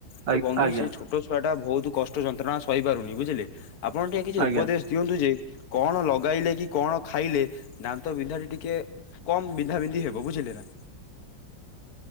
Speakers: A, on the right; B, on the left.
A: ଆ
B: ତ ବନ୍ଧୁ
A: ଆଜ୍ଞା
B: ସେ ଛୋଟ ଛୁଆ ଟା ବହୁତ କଷ୍ଟ ଯନ୍ତ୍ରଣା ସହି ପାରୁନି ବୁଝିଲେ। ଆପଣ ଟିକେ କିଛି
A: ଆଜ୍ଞା
B: ଉପଦେଶ ଦିଅନ୍ତୁ ଯେ କଣ ଲଗାଇଲେ କି କଣ ଖାଇଲେ ଦାନ୍ତ ବିନ୍ଧାଟି ଟିକେ କମ୍ ବିନ୍ଧା ବିନ୍ଧି ହେବ ବୁଝିଲେ ନା।